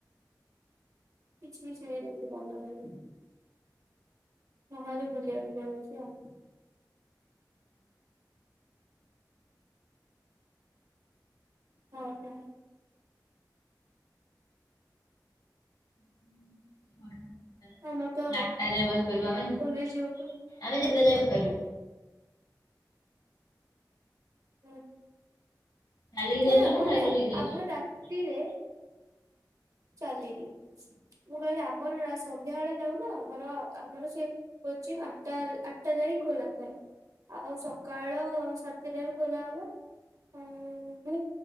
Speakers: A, on the right; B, on the left.
A: କିଛିବି ସେନ ମତେ <inaudible> ବାହାରୁ ବୁଲିବାକୁ ପଳଉଚୁ ଆଉ। ହଉ ତାହେଲେ।
B: <inaudible>
A: ଆମର ତ
B: ଆଠଟା ଯାଏଁ ବସିପାରିବୁ ଆମେ।
A: କଲେଜ ଯିବାକୁ ପଡିବ।
B: ଆମେ ଯେତେ ଯାଏଁ ବସି ପାରିମୁ।
A: ହଁ।
B: ଚାଲିକି ଯାଉଛ
A: ହେଁ ଆମର
B: ନା ସାଇକେଲ
A: ବି ଆ
B: ନେଇକି ଯାଉଛ?
A: ଆମର ରାତିରେ ଚାଲିକି। ମୁଁ କହିଲି ଆମର ସନ୍ଧ୍ୟାବେଳେ ଯାଉ ନା ଆମର ଆମର ସେ କୋଚିଂ ଆଠଟାରେ ଆଠଟା ଯାଏଁ ହିଁ ଖୋଲା ଥାଏ। ଆଉ ସକାଳ ସାତଟାରୁ ଖୋଲା ହବ। ଆଁ ହୁଅ